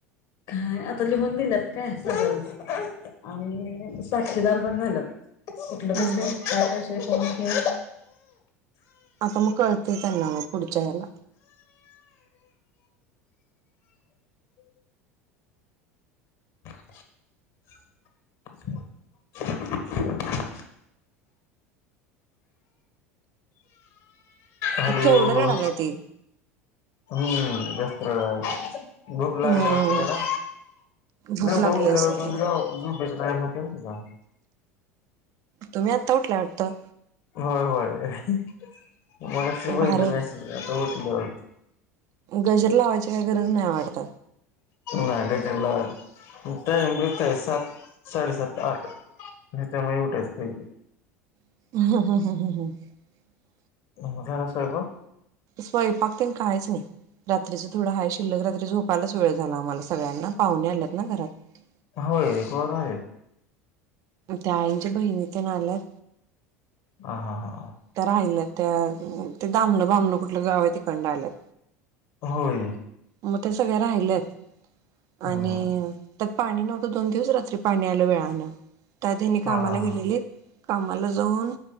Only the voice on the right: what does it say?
हम्म
आता मग कळतंय त्यांना मग पुढच्या हेला
केवढ रडायलाय ती.
हम्म
भूक
लागली
असेल
तिला
तुम्ही आत्ता उठलाय वाटतं?
भारी
गजर लावायची काही गरज नाही वाटत.
<unintelligible>
स्वयंपाक तेन काहीच नाही. रात्रीचा थोडं हाय शिल्लक रात्री झोपायलाच वेळ झाला आम्हाला सगळ्यांना पाहुणे आल्यात ना घरात.
त्या आईंच्या बहिणी तेन आल्यात
त्या राहिल्यात त्या ते दामणं बामणं कुठलं गाव तिकंड आल्यात.
मग ते सगळे राहिलेत.
आणि त्यात पाणी नव्हतं दोन दिवस, रात्री पाणी आलं वेळानं. त्यात हेनी
कामाला
गेलेलीत. कामाला जाऊन